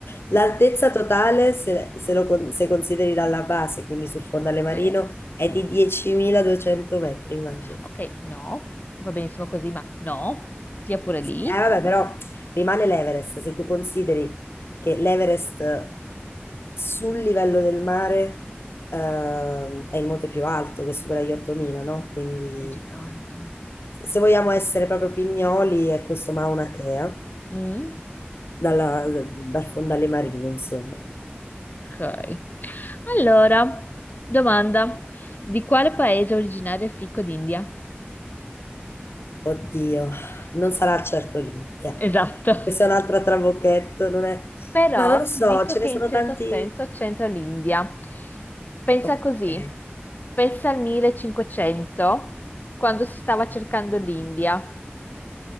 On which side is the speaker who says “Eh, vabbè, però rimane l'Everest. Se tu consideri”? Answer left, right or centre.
Left